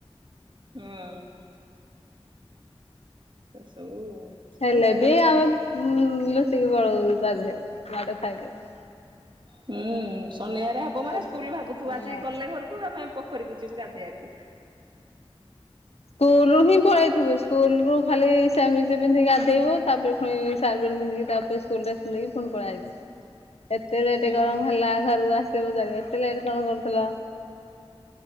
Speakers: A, on the right; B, on the left.
A: ହୁଁ। ସେ ସବୁ ସ୍ମୃତି
B: ହେଲେ ବି
A: ଅଲଗା
B: ଆମେ ଲୁଚିକି ପଳଉ ଗାଧେଇବା ପାଇଁ ମାଡ ଖାଇଲେ ବି।
A: ହୁଁ ଶନିବାର ହେବ
B: ହଁ।
A: ମାନେ ସ୍କୁଲରୁ ଭାବୁଥିବ ଆଜି ଗଲେ ଘରକୁ ଆମେ ପୋଖରୀକି ଯିବୁ ଗାଧେଇବାକୁ।
B: ସ୍କୁଲ ରୁ ହିଁ ପଳେଇଥିବୁ। ସ୍କୁଲ ରୁ ଖାଲି ସେମିଜ ପିନ୍ଧି ଗାଧେଇବୁ। ତାପରେ ପୁଣି ସାଇକେଲ ପିନ୍ଧିଛି ତାପରେ ସ୍କୁଲ ଡ୍ରେସ୍ ପିନ୍ଧିକି ପୁଣି ପଳେଇ ଆଇବୁ।
A: <inaudible>
B: ଏତେ ଲେଟ୍
A: ହୁଁ
B: କଣ ହେଲା? ଘରକୁ ଆସ ପଚାରିବେ ଏତେ ଲେଟ୍ କଣ କରୁଥିଲ?